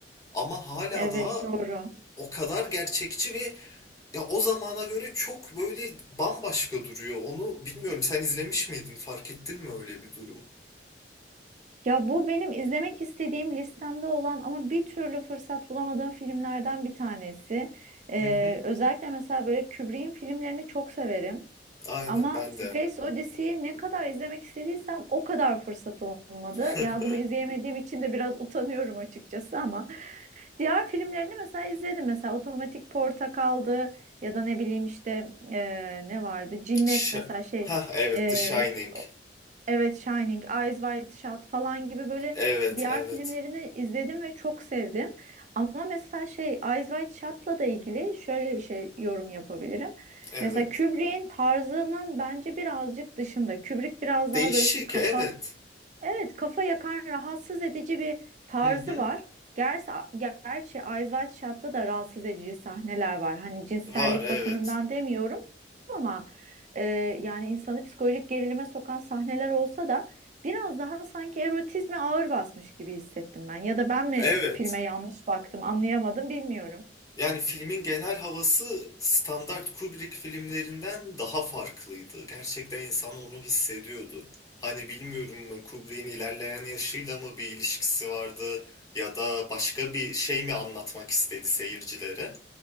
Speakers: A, on the left; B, on the right.
A: Ama hala
B: evet
A: daha
B: doğru.
A: o kadar gerçekçi ve ya o zamana göre çok böyle bambaşka duruyor. Onu bilmiyorum. Sen izlemiş miydin? Fark ettin mi öyle bir durum?
B: Ya bu benim izlemek istediğim listemde olan ama bir türlü fırsat bulamadığım filmlerden bir tanesi. Ee,
A: Hı hı.
B: özellikle mesela böyle Kubrick'in filmlerini çok severim.
A: Aynen
B: Ama
A: ben
B: Space
A: de.
B: Odyssey'yi ne kadar izlemek istediysem o kadar fırsat olmadı.
A: <laughs>
B: Ya bunu izleyemediğim için de biraz utanıyorum açıkçası ama <laughs> diğer filmlerini mesela izledim. Mesela Otomatik Portakal'dı ya da ne bileyim işte e, ne vardı? Cinnet
A: Ş
B: mesela şey
A: ha evet
B: e,
A: The Shining.
B: Evet Shining, Eyes Wide Shut falan gibi böyle
A: Evet
B: diğer
A: evet
B: filmlerini izledim ve çok sevdim. Ama mesela şey Eyes Wide Shut'la da ilgili şöyle bir şey yorum yapabilirim.
A: evet.
B: Mesela Kubrick'in tarzının bence birazcık dışında. Kubrick biraz daha
A: Değişik
B: böyle kafa
A: evet.
B: Evet, kafa yakan rahatsız edici bir tarzı
A: Hı hı.
B: var. Gerçi, gerçi Eyes Wide Shut'ta da rahatsız edici sahneler var. Hani cinsellik
A: Var evet.
B: bakımından demiyorum ama e, yani insanı psikolojik gerilime sokan sahneler olsa da biraz daha sanki erotizme ağır basmış gibi hissettim ben. Ya da ben mi
A: Evet.
B: filme yanlış baktım anlayamadım bilmiyorum.
A: Yani filmin genel havası standart Kubrick filmlerinden daha farklıydı. Gerçekten insan onu hissediyordu. Hani bilmiyorum Kubrick'in ilerleyen yaşıyla mı bir ilişkisi vardı ya da başka bir şey mi anlatmak istedi seyircilere.